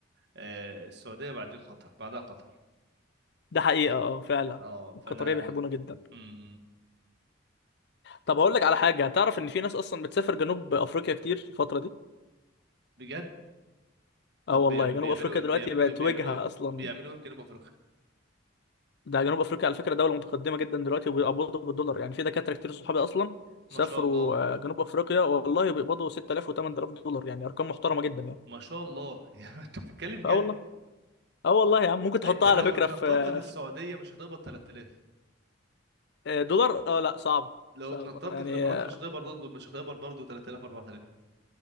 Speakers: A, on the right (about 55°); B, on the left (about 55°).
A: آه، السعودية بعدين قطر بعدها قطر
B: ده حقيقه اه فعلا
A: اه فانا
B: القطريه بيحبونا جدا
A: مم.
B: طب هقول لك على حاجه تعرف ان في ناس اصلا بتسافر جنوب افريقيا كتير الفتره دي
A: بجد
B: اه
A: طب
B: والله
A: بيعم-
B: جنوب
A: بيعملوا
B: افريقيا
A: ايه بيعملوا
B: دلوقتي بقت
A: ايه بيعملوا
B: وجهه
A: ايه
B: اصلا
A: بيعملوا ايه في جنوب افريقيا
B: ده جنوب افريقيا على فكره دوله متقدمه جدا دلوقتي وبيقبضوا بالدولار يعني في دكاتره كتير صحابي اصلا سافروا
A: ما شاء الله
B: آه، جنوب افريقيا والله بيقبضوا 6000 و8000 دولار يعني ارقام محترمه جدا يعني
A: ما شاء الله <laughs> يعني انت بتتكلم جد
B: اه والله اه والله يا عم ممكن تحطها
A: انت لو
B: على فكره
A: اتنططت
B: في
A: في السعودية
B: في-
A: مش هتقبض 3000
B: آه، دولار اه لا صعب
A: لو
B: صعب
A: اتنططت
B: يعني
A: في الامارات
B: آه،
A: مش هتقبض برضه مش هتقبض برضه 3000 4000